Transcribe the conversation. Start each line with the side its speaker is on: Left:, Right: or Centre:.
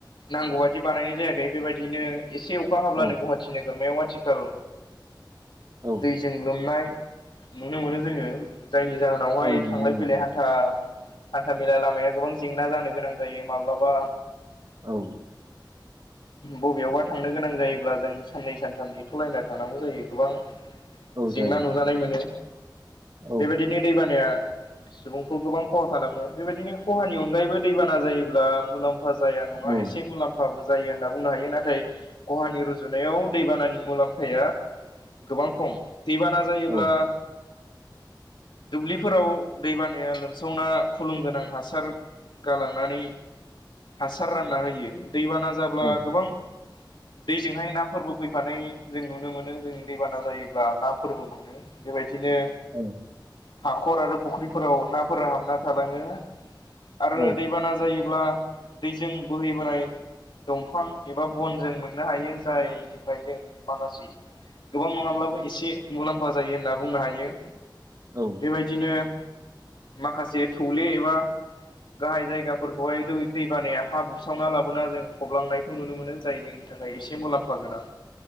Left: नांगौ बादि बानायनाय जायाखै बेबायदिनो एसे अखा हाब्लानो
Right: औ
Left: गुवाहाटी खाथि नोगोरमायाव आथिखाल
Right: औ
Left: दैजों लोमनाय नुनो मोनो। जोङो जायनि जाहोनावहाय
Right: औ नंगौ
Left: थांलाय
Right: नोंथां
Left: -फैलाय हान्था हान्थामेला लामाया गोबां जेंना जानो गोनां जायो। माब्लाबा
Right: औ
Left: बबेयावबा थांनो गोनां जायोब्ला जों साननै सानथाम नेथ ' लायना थांनांगौ जायो गोबां
Right: औ
Left: जेंना
Right: जायो
Left: नुजानाय मोनो।
Right: औ
Left: बेबायदिनो दैबानाया सुबुंखौ गोबां खहा खालामो बेबायदिनो खहानि अनगायैबो दैबाना जायोब्ला मुलाम्फा मुलाम्फा जाया नाङा
Right: औ
Left: एसे मुलाम्फा बो जायो होनना बुनो हायो नाथाय खहानि रुजुनायाव रुजुनायाव दैबानानि मुलाम्फाया गोबां खम दैबाना जायोब्ला
Right: औ
Left: दुब्लिफोराव दैबानाया लोमसावना फुलुं गोनां हासार गालांनानै हासार रानना होयो। दैबाना जाब्ला
Right: औ
Left: गोबां दैजोंहाय नाफोरबो फैफानाय जों नुनो मोनो। जों दैबाना जायोब्ला ना फोरबो मोनो। बेबायदिनो
Right: औ
Left: हाखर आरो फुख्रिफोराव नाफोरा हाबना थालाङो आरो
Right: औ
Left: दैबाना जायोब्ला दैजों बोहैबोनाय दंफां एबा बन जों मोननो हायो जायनिफ्राय जों माखासे गोबां नङाब्लाबो एसे मुलाम्फा जायो होनना बुंनो हायो।
Right: औ
Left: बेबायदिनो माखासे थौले एबा गाहाय जायगाफोरखौहाय दैबानाया हा बुस्रावना लाबोना जों फबलांनायखौ नुनो मोनो जाय जोंनि थाखाय एसे मुलाम्फा गोनां।